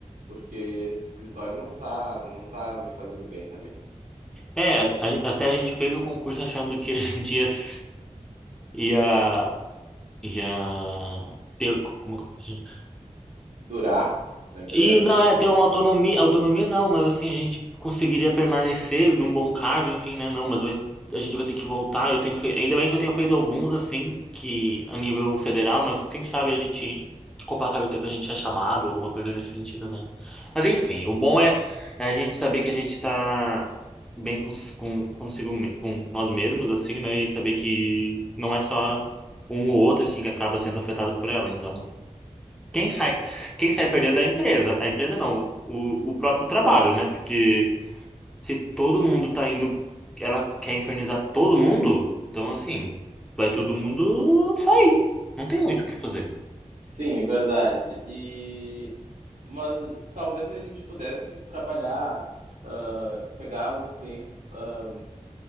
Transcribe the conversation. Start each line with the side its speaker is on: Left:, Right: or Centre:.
Right: porque esse escritório não tá, não tá me fazendo bem também.
Centre: É, a- até a gente fez o concurso achando que a gente ia, s- ia, ia ter, como que eu-
Right: Durar na empresa,
Centre: E não
Right: né?
Centre: é ter uma autonomia, autonomia não, mas assim a gente conseguiria permanecer num bom cargo, enfim, né? Não, mas vai- a gente vai ter que voltar. Eu tenho feito, ainda bem que eu tenho feito alguns assim que a nível federal, mas quem sabe a gente com o passar do tempo a gente é chamado, alguma coisa nesse sentido, né? Mas enfim, o bom é, é a gente saber que a gente tá bem com, com consigo me- com nós mesmos assim, né? E saber que não é só um ou outro assim que acaba sendo afetado por ela, então quem sai, quem sai perdendo é a empresa. A empresa não, o, o próprio trabalho, né? Porque se todo mundo tá indo, ela quer infernizar todo mundo, então assim, vai todo mundo sair. Não tem muito o que fazer.
Right: Sim, verdade. E mas talvez a gente pudesse trabalhar, ah, pegar alguns clientes ah,